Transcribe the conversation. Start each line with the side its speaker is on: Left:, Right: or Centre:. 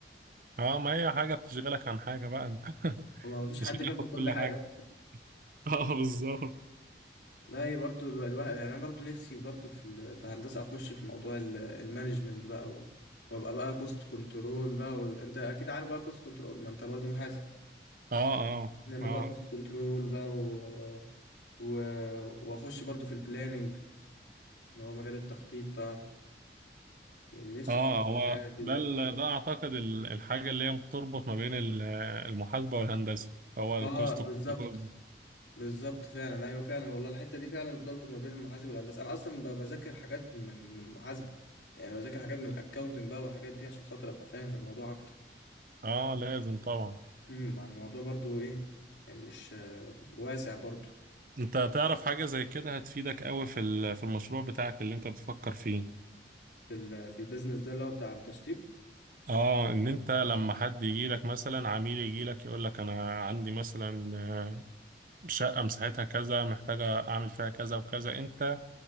Right: أه ما هي حاجة بتشغلك عن حاجة بقى أنت <laughs>
Left: هو ما فيش
Right: مش
Left: حد
Right: هناخد
Left: بياخد كل
Right: كل
Left: حاجة
Right: حاجة اه بالظبط
Left: لا هي برضو الو- الواحد يعني انا برضو نفسي برضو في ال- في هندسه اخش في موضوع ال- المانجمنت بقى و- وابقى بقى كوست كنترول بقى وال... انت اكيد عارف بقى كوست كنترول ما انت برضو محاسب
Right: اه اه
Left: نعمل
Right: اه
Left: بقى كوست كنترول بقى و... و... واخش برضو في البلاننج اللي هو مجال التخطيط بقى يعني نفسي
Right: اه
Left: اخش في الحاجات
Right: هو
Left: دي
Right: ده
Left: برضو
Right: ال... ده اعتقد ال- الحاجه اللي هي بتربط ما بين ال- المحاسبه والهندسه هو الكوست
Left: اه بالظبط
Right: كنترول
Left: بالظبط فعلا ايوه فعلا والله الحته دي فعلا بتربط ما بين المحاسب والهندسه انا اصلا ب- بذاكر حاجات من من المحاسبه يعني بذاكر حاجات من الاكاونتنج بقى والحاجات دي عشان خاطر ابقى فاهم في الموضوع اكتر
Right: اه لازم طبعا
Left: امم مع الموضوع برضو ايه يعني مش آه، واسع برضو
Right: انت تعرف حاجه زي كده هتفيدك قوي في ال... في المشروع بتاعك اللي انت بتفكر فيه
Left: في ال في البيزنس ده اللي هو بتاع التشطيب
Right: اه ان انت لما حد يجي لك مثلا عميل يجي لك يقول لك انا عندي مثلا شقه مساحتها كذا محتاجه اعمل فيها كذا وكذا انت